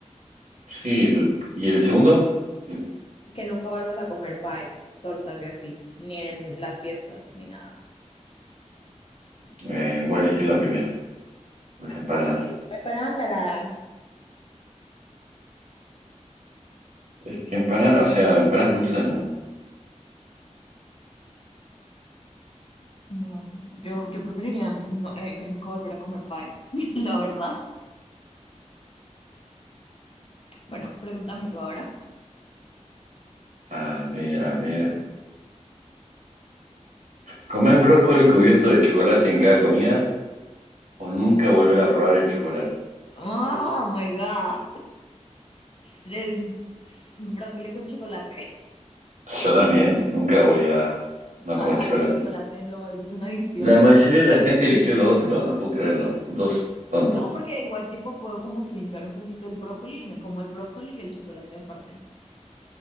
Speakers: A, on the right; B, on the left.
A: sí, el- y el segundo, el-
B: Que nunca vuelvas a comer pie, tortas y así, ni en las fiestas, ni nada.
A: eh, voy a elegir la primera, las empanadas.
B: ¿En serio? Empanadas saladas.
A: Es que empanadas, o sea, empanadas dulces no.
B: No, yo, yo preferiría no- eh, que nunca volver a comer pie, <laughs> la verdad. Bueno, pregúntame tú ahora.
A: A ver, a ver. ¿Comer brócoli cubierto de chocolate en cada comida o nunca volver a probar el chocolate?
B: Oh my God, del brócoli con chocolate. <laughs>
A: Yo también, nunca voy a no
B: A
A: comer
B: dejar
A: chocolate.
B: el chocolate, no, eso es una adicción.
A: La mayoría de la gente eligió lo otro, no puedo creerlo. Son Todos tontos.
B: No, porque igual tipo puedo como que limpiar un poquito el brócoli y me como el brócoli y el chocolate aparte.